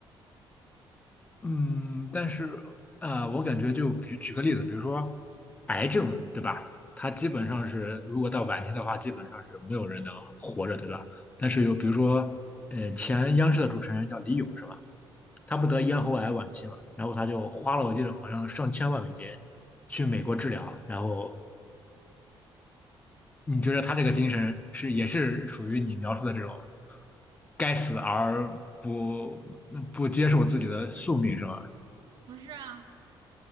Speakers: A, on the left; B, on the right.
A: 嗯，但是啊，我感觉就比举个例子，比如说癌症，对吧？它基本上是，如果到晚期的话，基本上是没有人能活着，对吧？但是有，比如说，呃，前央视的主持人叫李咏，是吧？他不得咽喉癌晚期嘛，然后他就花了，我记得好像上千万美金去美国治疗。然后你觉得他这个精神是也是属于你描述的这种该死而不不接受自己的宿命，是吗？
B: 不是啊？